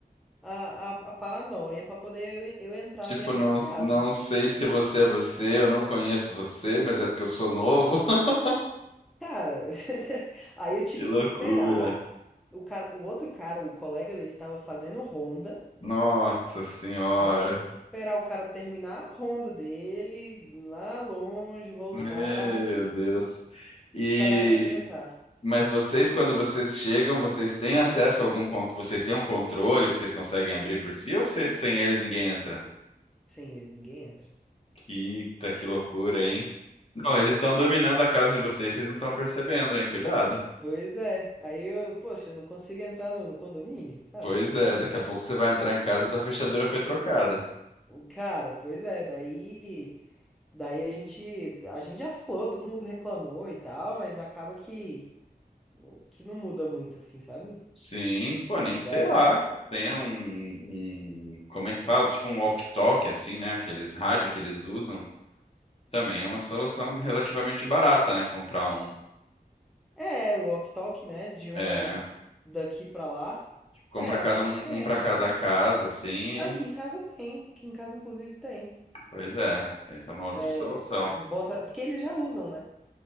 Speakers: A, in the centre; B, on the left.
A: a, a, a paranoia pra poder eu eu entrar
B: Tipo,
A: na minha própria
B: não,
A: casa.
B: não sei se você é você, eu não conheço você, mas é porque eu sou novo. <laughs>
A: Cara, <laughs> aí eu tive
B: Que loucura.
A: que esperar. O cara, o outro cara, o colega dele, tava fazendo ronda.
B: Nossa Senhora.
A: Aí eu tive que esperar o cara terminar a ronda dele, lá longe, voltar
B: Meu Deus. E
A: pra, pra entrar.
B: mas vocês, quando vocês chegam, vocês têm acesso a algum controle? Vocês têm um controle que vocês conseguem abrir por si ou se- sem eles ninguém entra?
A: Sem eles, ninguém entra.
B: Eita, que loucura, hein? Não, eles estão dominando a casa de vocês, vocês não estão percebendo, hein? Cuidado.
A: Pois é. Aí eu, poxa, eu não consigo entrar no, no condomínio, sabe?
B: Pois é, daqui a pouco você vai entrar em casa e tua fechadura foi trocada.
A: Cara, pois é. Daí, daí a gente, a gente já falou, todo mundo reclamou e tal, mas acaba que, que não muda muito, assim, sabe?
B: Sim, pô,
A: da
B: nem que sei lá.
A: da,
B: Tenha um, um- como é que fala? Tipo um walkie-talkie, assim, né? Aqueles rádio que eles usam. Também é uma solução relativamente barata, né? Comprar um.
A: É, o walk-talk, né? De
B: É,
A: uma daqui pra lá.
B: compra
A: É,
B: cada
A: eu acho
B: um,
A: que. É,
B: um para
A: realmente.
B: cada casa, assim.
A: Ah, Aqui
B: e-
A: em casa tem. Aqui em casa, inclusive, tem.
B: Pois é, essa é uma outra
A: É,
B: solução.
A: bota... Porque eles já usam, né?